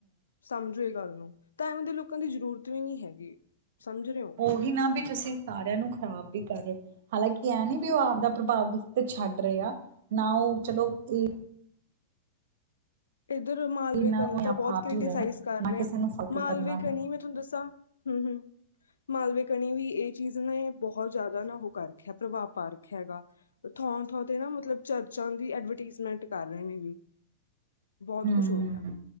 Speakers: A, on the left; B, on the right.
A: ਸਮਝੋ ਇਹ ਗੱਲ ਨੂੰ ਤਾਂ ਇਵੇਂ ਦੇ ਲੋਕਾਂ ਦੀ ਜ਼ਰੂਰਤ ਵੀ ਨੀਂ ਹੈਗੀ। ਸਮਝ ਰਹੇ ਹੋ।
B: ਉਹੀ ਨਾਂ ਵੀ ਤੁਸੀਂ ਸਾਰਿਆਂ ਨੂੰ ਖ਼ਰਾਬ ਵੀ ਕਰ ਰਹੇ ਔ। ਹਾਲਾਂਕਿ ਇਹ ਨੀਂ ਵੀ ਉਹ ਆਪਦਾ ਪ੍ਰਭਾਵ ਤੇ ਛੱਡ ਰਹੇ ਆ ਨਾਂ ਉਹ ਚਲੋ ਵੀ
A: ਉਧਰ ਮਾਲਵੇਕੀ
B: ਇਹ ਨਾ
A: ਤਾਂ
B: ਆਪ
A: ਬਹੁਤ
B: ਆਪ
A: ਕ੍ਰਿਸਾਈਜ਼
B: ਹੀ ਰਹਿਣਾ
A: ਕਰ
B: ਨਾ
A: ਰਿਹੇ
B: ਕਿਸੇ
A: ਆ।
B: ਨੂੰ ਫਾਲਤੂ
A: ਮਾਲਵੇ
B: ਕਰਨਾ
A: ਕਣੀ
B: ਵੀ।
A: ਮੈਂ ਤੁਹਾਨੂੰ ਦੱਸਾਂ ਹਂ ਹਂ ਮਾਲਵੇ ਕਣੀ ਵੀ ਇਹ ਚੀਜ਼ ਨੇਂ ਬਹੁਤ ਜ਼ਿਆਦਾ ਨਾਂ ਉਹ ਕਰ ਰੱਖਿਆ ਪ੍ਰਭਾਵ ਪਾ ਰੱਖਿਆ ਹੈਗਾ। ਥਾਂ-ਥਾਂ ਤੇ ਨਾਂ ਮਤਲਬ ਚਰਚਾਂ ਦੀ ਐਡਵਰਟੀਜ਼ਮੈਂਟ ਕਰ ਰਹੇ ਨ ਜੀ। ਬਹੁਤ
B: ਹਂ,
A: ਕੁਛ ਹੋ ਰਿਹਾ।